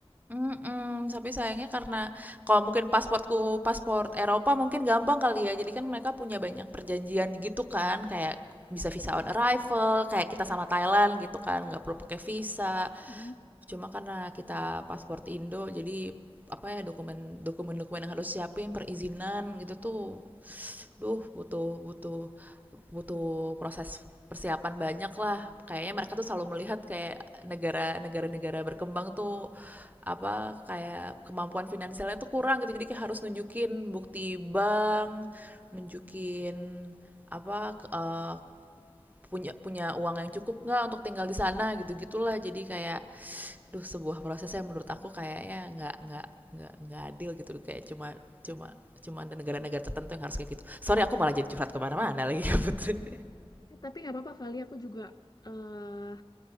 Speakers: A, on the right (about 15°); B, on the left (about 40°).
A: Mhm, tapi sayangnya karena kalau mungkin pasportku paspor Eropa mungkin gampang kali ya, jadi kan mereka punya banyak perjanjian gitu kan, kayak bisa visa on arrival, kayak kita sama Thailand gitu kan, nggak perlu pakai visa.
B: Mm.
A: Cuma karena kita paspor Indo, jadi apa ya dokumen dokumen-dokumen yang harus siapin perizinan gitu tuh, duh butuh butuh butuh proses persiapan banyak lah. Kayaknya mereka tuh selalu melihat kayak negara negara-negara berkembang tuh apa kayak kemampuan finansialnya tuh kurang gitu. Jadi kayak harus nunjukin bukti bank, nunjukin apa ke- eh, punya punya uang yang cukup nggak untuk tinggal di sana gitu gitulah. Jadi kayak aduh sebuah prosesnya menurut aku kayaknya nggak nggak nggak nggak adil gitu kayak cuma cuma cuma ada negara-negara tertentu yang harus kayak gitu. Sorry aku malah jadi curhat kemana-mana lagi <laughs> ya Putri.
B: Tapi nggak apa-apa kali aku juga eh,